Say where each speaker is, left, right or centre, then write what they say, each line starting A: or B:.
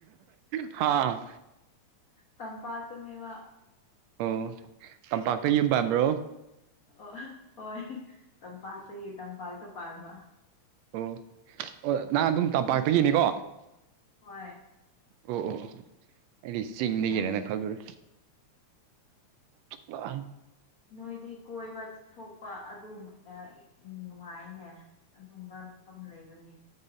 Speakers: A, on the right; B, on the left.
A: ꯍꯥꯥ
B: ꯇꯝ ꯄꯥꯇꯅꯦꯕ
A: ꯑꯣ ꯇꯝꯄꯥꯛꯇ ꯌꯨꯝꯕ ꯍꯥꯏꯕ꯭ꯔꯣ
B: ꯑꯣ ꯍꯣꯏ ꯇꯝꯄꯥꯛꯇꯒꯤ ꯇꯝꯄꯥꯛꯇ ꯄꯥꯕ
A: ꯑꯣ ꯑꯣ ꯅꯍꯥꯟ ꯑꯗꯨꯝ ꯇꯝꯄꯥꯛꯇꯒꯤꯅꯤꯀꯣ
B: ꯅꯣꯛꯅꯤꯡꯉꯤꯗ ꯍꯣꯏ
A: ꯑꯣ ꯑꯣ ꯑꯣ ꯑꯩꯗꯤ ꯆꯤꯡꯗꯒꯤꯗꯒꯤꯔꯅ
B: ꯃꯥꯅꯦ
A: ꯈꯜꯂꯨꯔꯦ ꯂ
B: ꯅꯣꯏꯗꯤ ꯀꯣꯏꯕ ꯊꯣꯛꯄ ꯑꯗꯨꯝ ꯎ ꯅꯨꯡꯉꯥꯏꯅꯦ ꯑꯗꯨꯒꯝꯕ ꯃꯐꯝ ꯂꯩꯕꯒꯤ